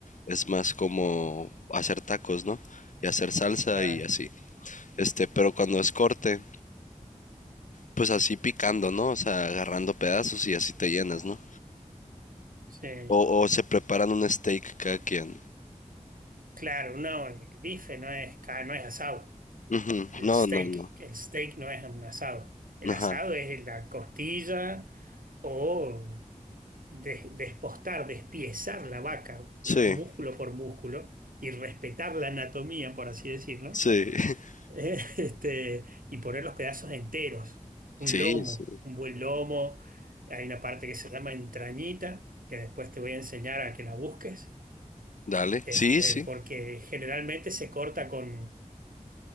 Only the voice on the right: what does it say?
Claro,
sí.
Claro, no, el bife no es, ca- no es asado.
El
steak,
el steak no es un asado. El
asado es la costilla o de- despostar, despiezar la vaca
músculo por músculo y respetar la anatomía, por así decirlo,
eh, <laughs> este, y poner los pedazos enteros, un
lomo,
un buen lomo, hay una parte que se llama entrañita, que después te voy a enseñar a que la busques,
este,
porque generalmente se corta con,